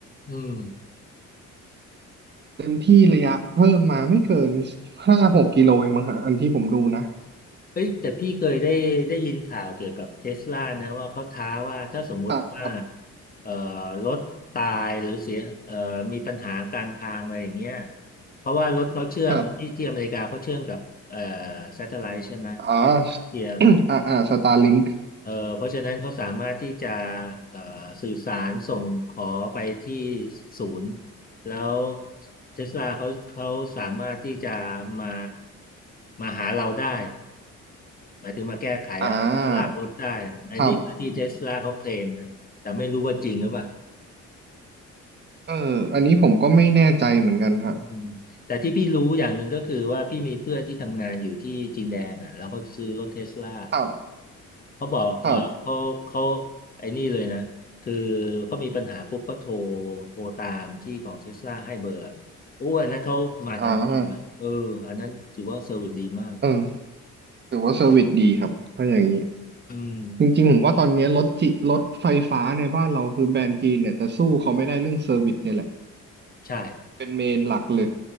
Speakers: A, on the left; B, on the right.
A: อืม
B: เต็มที่ระยะเพิ่มมาไม่เกินห้าหกกิโลเองมั้งฮะอันที่ผมดูนะ
A: เอ้ยแต่พี่เคยได้ได้ยินข่าวเกี่ยวกับเทสลานะว่าเขาท้าว่าถ้าสมมุติว่า
B: ครับ
A: เอ่อรถตายหรือเสียเอ่อมีปัญหากลางทางอะไรอย่างเงี้ยเพราะว่ารถเขาเชื่อมที่ที่อเมริกาเขาเชื่อมกับเอ่อ
B: ครับ
A: s a t เทอร์ไลท์ใช่ไหม
B: อ๋อ
A: ดาวเทียม
B: <coughs> อ่าอ่าสตาร์ลิง
A: เอ่อเพราะฉะนั้นเขาสามารถที่จะเอ่อสื่อสารส่งขอไปที่ศูนย์แล้วเทสลาเขาเขาสามารถที่จะมามาหาเราได้หมายถึงมาแก้ไขอะลากรถได้อะอันนี้ที่เทสลาเขาเคลมนะแต่ไม่รู้ว่าจริงหรือเปล่า
B: อ่าครับเอออันนี้ผมก็ไม่แน่ใจเหมือนกันฮะ
A: อืมแต่ที่พี่รู้อย่างหนึ่งก็คือว่าพี่มีเพื่อนที่ทำงานอยู่ที่จีนแดงอ่ะแล้วเขาซื้อรถเทสลา
B: ครับ
A: เขาบอกเออเขาเขา
B: ครับ
A: ไอ้นี่เลยนะ คือเขามีปัญหาปุ๊บก็โทรโทรตามที่ของเทสลาให้เบอร์โอ้อันนั้นเขามาทันทีเลยเอออันนั้นถือว่าเซอร์วิสดีมาก
B: อ่าเออถือว่าเซอร์วิสดีครับถ้าอย่างนี้
A: อืม
B: จริงๆผมว่าตอนนี้รถจิรถไฟฟ้าในบ้านเราคือแบรนด์จีนเนี่ยจะสู้เขาไม่ได้เรื่องเซอร์วิสเนี่ยแหละ
A: ใช่
B: เป็นเมนหลักเลย